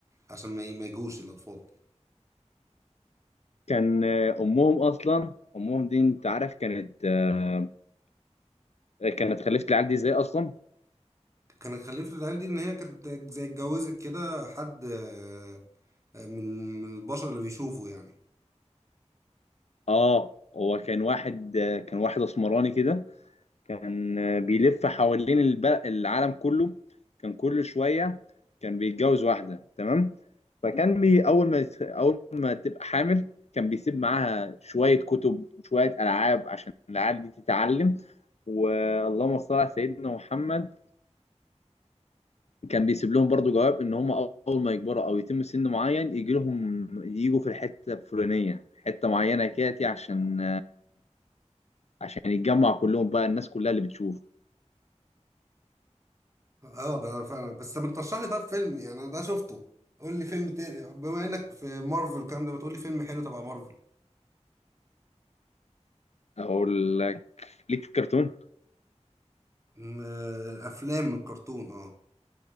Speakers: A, on the right; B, on the left.
A: عشان ما ي- ما يجوش الاطفال
B: كان آه، امهم اصلا امهم دي انت عارف كانت آه، كانت خلفت العيال دي ازاي اصلا
A: كان الخليفه العيال دي ان هي كانت زي اتجوزت كده حد آه، آه، من من البشر اللي بيشوفوا يعني
B: اه هو كان واحد آه، كان واحد اسمراني كده كان بيلف حوالين الب- العالم كله كان كل شوية كان بيتجوز واحدة تمام فكان بي أول ما أول ما تبقى حامل كان بيسيب معاها شوية كتب وشوية ألعاب عشان العيال دي تتعلم واللهم صل على سيدنا محمد كان بيسيب لهم برضو جواب ان هم اول ما يكبروا او يتم سن معين يجي لهم يجوا في الحته الفلانيه حته معينه كده عشان عشان يتجمع كلهم بقى الناس كلها اللي بتشوف
A: اه ده فعلا بس ما ترشح لي طب فيلم يعني انا ده شفته قول لي فيلم تاني بما انك في مارفل الكلام ده ما تقول لي فيلم حلو تبع مارفل
B: اقول لك ليك في الكرتون
A: م- آه، افلام الكرتون اه